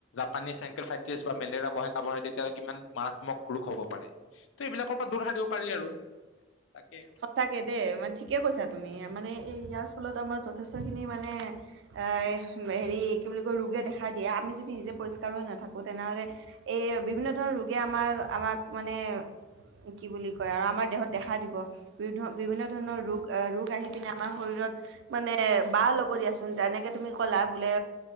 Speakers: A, on the left (about 80°); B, on the right (about 70°).
A: পানী চেংকৰফাইটিছ বা মেলেৰিয়া মহে কামুৰে তেতিয়াহলে কিমান মাৰাত্মক ৰোগ হ'ব পাৰে। ত এইবিলাকৰ পৰা দূৰ সাৰিব পাৰি আৰু। তাকে
B: স থাকে দেই মানে ঠিকে কৈছা তুমি মানে ইয়াৰ ফলত আমাৰ যথেষ্ট খিনি মানে এ হেৰি কি বুলি কৈ ৰো ৰোগে দেখা দিয়ে আমি যদি নিজে পৰিষ্কাৰ হৈ নেথাকোঁ, তেনেহ'লে এই বিভিন্ন ধৰণৰ ৰোগে আমাৰ আমাক মানে কি বুলি কয় আৰু আমাৰ দেহত দেখা দিব বি বিভিন্ন ধৰণৰ ৰোগ এ ৰোগ আহি পিনে আমাৰ শৰীৰত মানে বাহ ল'ব দে দিয়াচোন যেনেকে তুমি ক'লা বোলে